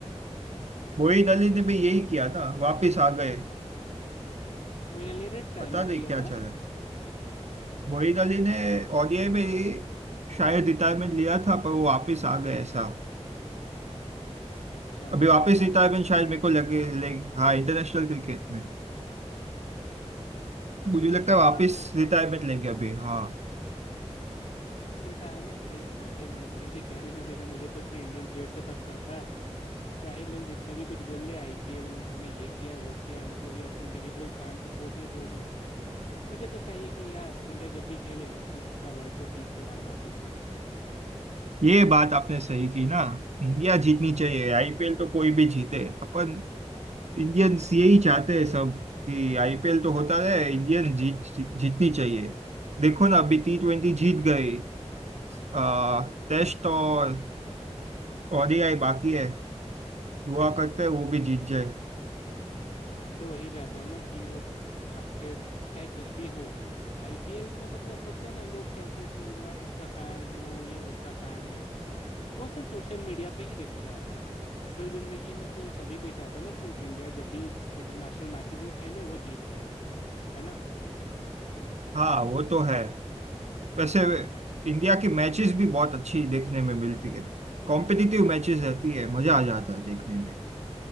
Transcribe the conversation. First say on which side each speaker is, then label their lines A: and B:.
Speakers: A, on the right; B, on the left.
A: मोइन अली ने भी यही किया ना वापस आ गए
B: <laughs> मोइन अली ने रिटायरमेंट
A: पता नहीं
B: लिया
A: क्या
B: था
A: चला है। मोइन अली ने ओडीआई में ही शायद रिटायरमेंट लिया था पर वो वापस आ गए ऐसा
B: अच्छा
A: अभी
B: मतलब
A: वापस
B: इंटरनेशनल
A: रिटायरमेंट शायद
B: क्रिकेट
A: मेरे को लगे ले हाँ इंटरनेशनल क्रिकेट में
B: अच्छा अगर
A: मुझे
B: ऐसा
A: लगता है वापस
B: बात है तो
A: रिटायरमेंट लेंगे अभी हाँ
B: अब रिटायरमेंट ले मुझे मोइन अली से क्या लेना देना मुझे तो अपने इंडियन प्लेयर से फ़र्क पड़ता है चाहे लोग जितना भी कुछ बोल ले आईपीएल ने ये किया वो किया मतलब या इंडिविजुअल फैन सपोर्ट या जो भी मुझे तो चाहिए कि यार इंडिया जब भी खेले अपना वर्ल्ड कप जीत कर आए वापस से
A: ये बात आपने सही की ना इंडिया जीतनी चाहिए आईपीएल तो कोई भी जीते अपन इंडियंस यही चाहते हैं सब कि आईपीएल तो होता रहे इंडियन जीत जीतनी चाहिए देखो ना अभी टी ट्वेंटी जीत गई आ, टेस्ट और ओडीआई बाकी है दुआ करते हैं वो भी जीत जाए
B: मैं तो वही चाहता हूँ ना कि वो आखिर चाहे कुछ भी हो आईपीएल में मतलब होता ना लोग कहते हैं कि मैं इसका फ़ैन हूँ ये उसका फ़ैन है वो सिर्फ सोशल मीडिया पे ही दिखता है असल ज़िंदगी में तो सभी कोई चाहता है ना कि इंडिया जब भी इंटरनेशनल मैचेस में खेले वो जीत जाए है ना
A: हाँ वो तो है वैसे इंडिया की मैचेस भी बहुत अच्छी देखने में मिलती है कॉम्पिटिटिव मैचेस रहती है मजा आ जाता है देखने में